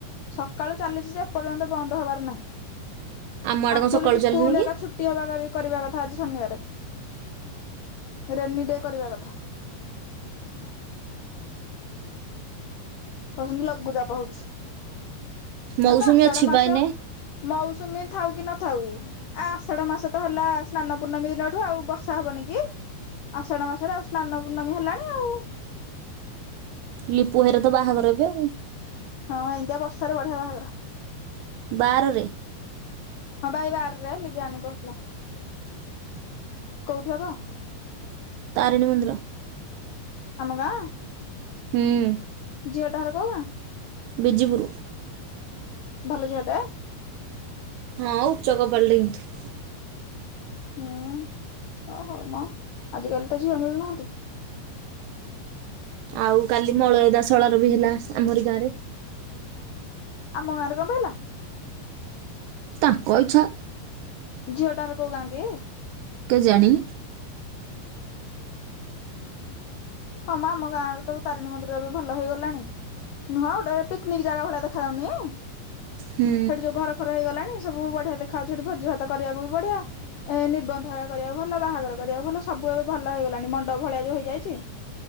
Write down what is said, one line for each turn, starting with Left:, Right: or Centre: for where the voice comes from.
Left: ସକାଳୁ ଚାଲିଛି ଯେ ଏପର୍ଯ୍ୟନ୍ତ ବନ୍ଦ ହବାର ନାହିଁ।
Right: ଆମ ଆଡେ
Left: ଆଚଲୁ
Right: କଣ ସକାଳୁ
Left: ଫ ସ୍କୁଲ
Right: ଚାଲିନି
Left: ହେ
Right: କି
Left: ଏକ ଛୁଟ୍ ଟିଅ ବା କରିବା କଥା ଆଜି ଶନିବାର, ରେନିଡେ କରିବା କଥା। କହୁଛନ୍ତି ଲଘୁଚାପ ହଉଛି,
Right: ମୌସୁମୀ
Left: ଆରେ ତ ଆଷାଢ଼
Right: ଅଛି
Left: ମାସ।
Right: ବା ଏଇନେ
Left: ମୌସୁମୀ ଥାଉ କି ନଥାଉ? ଆ ଆଷାଢ଼ ମାସ ତ ହେଲା ସ୍ନାନ ପୂର୍ଣ୍ମମି ଦିନଠୁ ଆଉ ବର୍ଷା ହବନି କି? ଆଷାଢ଼ ମାସରେ ଆଉ ସ୍ନାନ ପୂର୍ଣ୍ଣମୀ ହେଲାଣି ଆଉ।
Right: ଲିପୁଭାଇର ତ ବାହାଘର ଏବେ ଆଉ।
Left: ହଁ ଏମତିଆ ବର୍ଷାରେ ବଢ଼ିଆ ବାହାଘର।
Right: ବାଆରରେ।
Left: ହଁ ଭାଇ ବାରରେ ଲିଜାରାନୀ କହୁଥିଲା। କୋଉଠି ହବ?
Right: ତାରିଣୀ ମନ୍ଦୀର।
Left: ଆମ ଗାଁ?
Right: ହୁଁ
Left: ଝିଅଟା ହର କୋଉ ଗାଁ?
Right: ବିଜିପୁର।
Left: ଭଲ ଝିଅଟା?
Right: ହଁ ଆଉ ଉଚ୍ଚ କପାଳଟେ କିନ୍ତୁ।
Left: ହୁଁ ଓ ହଉ ମ ଆଜିକାଲି ତ ଝିଅ ମିଳୁନାହାନ୍ତି।
Right: ଆଉ କାଲି ମଳୟ ତା ଶଳାର ବି ହେଲା ଆମରି ଗାଁରେ।
Left: ଆମ ଗାଁରେ ତମ୍ଭେ ହେଲା।
Right: ତାଙ୍କ ଇଚ୍ଛା।
Left: ଝିଅଟାହର କୋଉ ଗାଁ କି?
Right: କେଜାଣି?
Left: ହଁ ମ ଆମ ଗାଁରେ ତ ତାରିଣୀ ମନ୍ଦିର ଏବେ ଭଲ ହେଇଗଲାଣି। ନୁହଁ ଗୋଟେ ପିକନିକ୍ ଜାଗା ଭଳିଆ ଦେଖା ଯାଉନି,
Right: ହୁଁ
Left: ସେଠି ଯୋଉ ଘର ଫର ହେଇଗଲାଣି ସବୁ ବଢିଆ ଦେଖାହଉଛି ସେଠି ଭୋଜି ଭାତ କରିବାକୁ ବି ବଢିଆ। ଏ ନିର୍ବନ୍ଧ ହେଇ କରିବାକୁ ଭଲ ବାହାଘର କରିବାକୁ ଭଲ ସବୁ ଏବେ ଭଲ ହେଇଗଲାଣି ମଣ୍ଡପ ଭଳିଆ ଯୋଉ ହେଇଯାଇଛି।